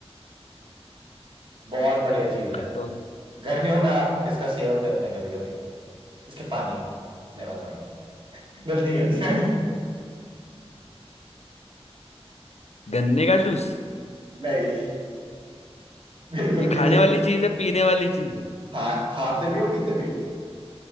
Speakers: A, on the right; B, on the left.
A: बहुत बढ़िया चीज है
B: कटोरे
A: गर्मियों में आप इसका सेवन करते हैं कभी कभी इसके पानी का नेवर माइंड गलती कर दी मैंने
B: गन्ने का जूस
A: <laughs> नहीं बिल्कुल
B: ये खाने
A: भी नहीं
B: वाली चीज है पीने वाली चीज है
A: खा खाते भी हो पीते भी हो